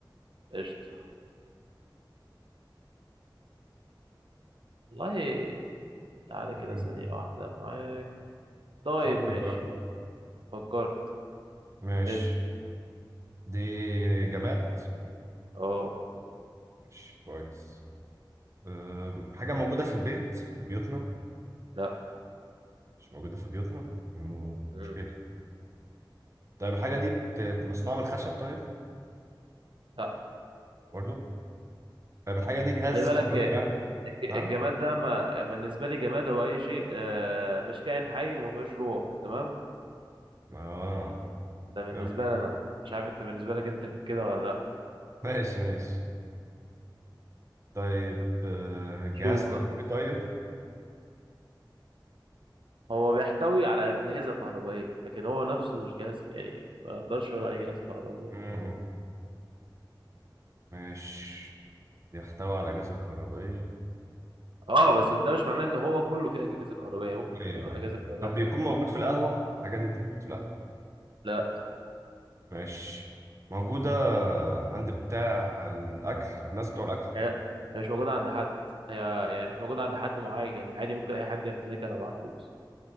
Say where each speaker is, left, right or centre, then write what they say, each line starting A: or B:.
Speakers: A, on the right; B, on the right.
A: قشطة والله تعالى كده
B: مم.
A: ثانية واحدة معاك طيب
B: فكر
A: ماشي
B: بقى
A: فكرت
B: ماشي
A: اسأل
B: دي جماد
A: أه
B: ماشي كويس أه حاجة موجودة في البيت في بيوتنا
A: لأ
B: مش موجودة في بيوتنا مم.
A: مم.
B: مشكلة طيب الحاجة دي بت- مصنوعة من الخشب طيب
A: لأ
B: برضو طيب الحاجة دي جهاز
A: خلي بالك
B: كهربي
A: الج-
B: يعني نعم
A: الجماد ده ما بالنسبة لي جماد هو أي شيء آه، مش كائن حي وما فيهوش روح تمام
B: اه
A: ده بالنسبة
B: طيب
A: لي أنا مش عارف أنت بالنسبة لك أنت كان كده ولا لأ
B: ماشي ماشي طيب آه، جهاز
A: شوف
B: كهربي
A: بقى.
B: طيب
A: هو بيحتوي على أجهزة كهربائية لكن هو نفسه مش جهاز يعني ما أقدرش أقول عليه جهاز كهربائي
B: مم، ماشي بيحتوي على أجهزة كهربائية
A: أه بس ده مش معناه إن هو كله فيه أجهزة كهربائية ممكن
B: أيوه
A: يكون فيه
B: أيوه
A: أجهزة كهربائية
B: طب
A: حاجات
B: بيكون
A: تانية
B: موجود في القهوة الحاجة دي بتكون موجودة في القهوة
A: لا
B: ماشي موجودة عند بتاع الأكل عند الناس بتوع الأكل
A: هي هي مش موجودة عند حد هي يعني مش موجودة عند حد معين يعني عادي ممكن أي حد يمتلكها لو معاه فلوس